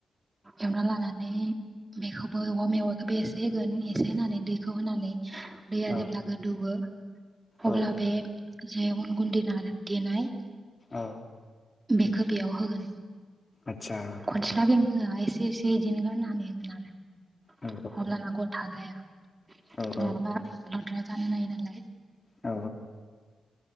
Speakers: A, on the right (about 25°); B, on the left (about 30°).
A: एवना लानानै बेखौबो औवा मेवखौ बेसे एसे होगोन एसे होनानै दैखौ होनानै दैया
B: औ
A: जेब्ला गोदौवो अब्ला
B: औ
A: बे जे उन गुन्दै देनाय
B: औ
A: बेखौ बेयाव होगोन
B: आतसा
A: खनसेलागै एसे एसे इदिनो गारनानै होगोन आरो
B: औ
A: हब्लाना ग <unintelligible>
B: औ
A: नङाबा
B: औ
A: लद्रा जानो नायो नालाय
B: औ